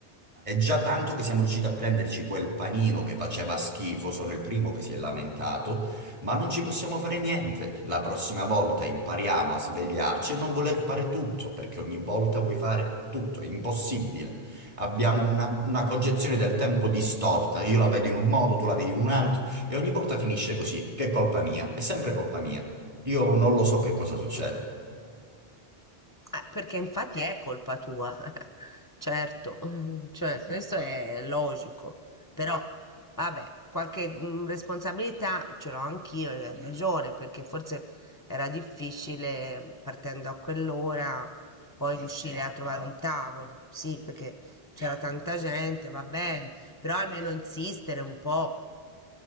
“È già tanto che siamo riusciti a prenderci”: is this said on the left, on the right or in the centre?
Right